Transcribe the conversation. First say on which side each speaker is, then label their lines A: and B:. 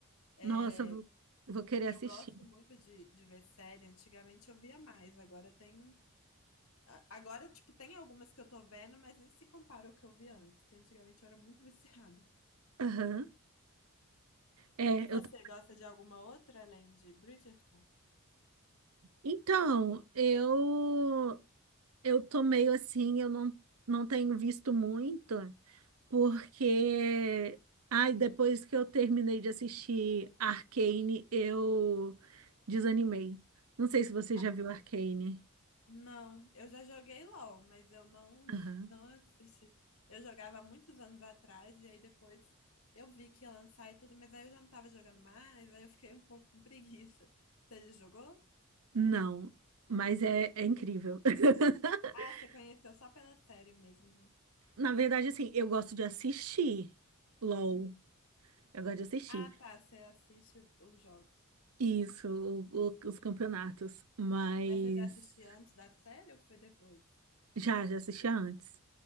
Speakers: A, on the right; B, on the left.
A: Nossa,
B: É,
A: eu vou, vou querer
B: Eu
A: assistir.
B: gosto muito de, de ver série. Antigamente eu via mais, agora tem. a- Agora, tipo, tem algumas que eu tô vendo, mas nem se compara ao que eu vi antes, que antigamente eu era muito <laughs> viciada.
A: Aham. É,
B: E você
A: eu... t-
B: gosta de alguma outra além de Bridgerton?
A: Então, eu eu tô meio assim, eu não, não tenho visto muito, Porque, ai, depois que eu terminei de assistir Arcane, eu desanimei. Não sei se você
B: Ah,
A: já viu Arcane.
B: não, eu já joguei LOL, mas eu não,
A: Aham.
B: não assisti. Eu jogava há muitos anos atrás e aí depois eu vi que ia lançar e tudo, mas aí eu já não tava jogando mais, aí eu fiquei um pouco com preguiça. Você já jogou?
A: Não, mas é, é incrível. <laughs>
B: Ah, você conheceu só pela série mesmo, né?
A: Na verdade, assim, eu gosto de assistir LOL.
B: Uhum.
A: Eu gosto de assistir.
B: Ah, tá, você assiste o- os jogos.
A: Isso, o- o- os campeonatos. Mas
B: Mas você já assistiu antes da série ou foi depois?
A: já, já assistia antes.